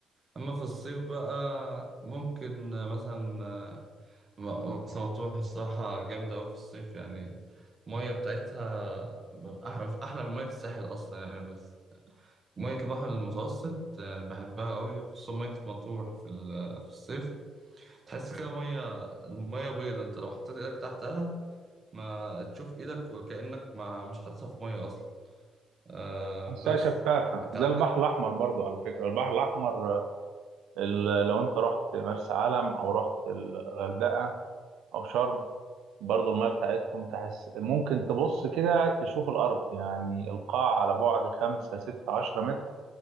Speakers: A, on the right; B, on the right.
A: أما في الصيف بقى ممكن مثلا م- مرسى مطروح الصراحة جامدة أوي في الصيف يعني المية بتاعتها أح- أحلى من مية الساحل أصلا يعني بس مية البحر المتوسط يعني بحبها أوي خصوصا مية مطروح في ال- في الصيف تحس كده مية المية بيضة أنت لو حطيت إيدك تحتها ما تشوف ايدك وكأنك ما مش حاططها في ميه اصلا آه
B: بحسها
A: بس
B: شفافة
A: انت
B: زي
A: عندك
B: البحر الأحمر برضو على فكرة البحر الأحمر ال- لو انت رحت مرسى علم او رحت الغردقة او شرم برضو المية بتاعتهم تحس ممكن تبص كده تشوف الأرض يعني القاع على بعد خمسة ستة عشرة متر